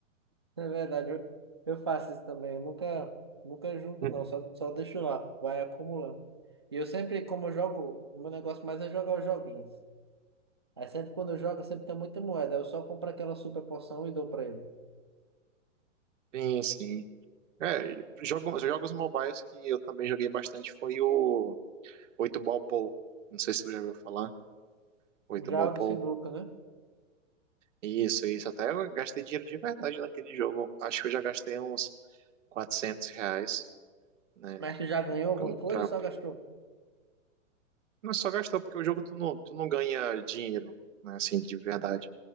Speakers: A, on the right (about 20°); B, on the right (about 70°).
A: Na verdade, eu, eu faço isso também. Eu nunca, nunca junto,
B: <laughs>
A: não. Só, só deixo lá. Vai acumulando. E eu sempre, como eu jogo, o meu negócio mais é jogar os joguinhos. Aí sempre quando eu jogo, sempre tem muita moeda. Eu só compro aquela super poção e dou pra ele.
B: Sim, sim. É, jogos, jogos mobiles que eu também joguei bastante foi o 8 Ball Pool. Não sei se tu já ouviu falar, 8
A: Já
B: Ball
A: o
B: Pool.
A: do sinuca, né?
B: Isso, isso. Até eu gastei dinheiro de verdade naquele jogo. Acho que eu já gastei uns 400 reais, né?
A: Mas tu já ganhou alguma
B: quando-
A: coisa
B: Pra...
A: ou só gastou?
B: Não só gastou, porque o jogo tu não, tu não ganha dinheiro, né? Assim, de verdade.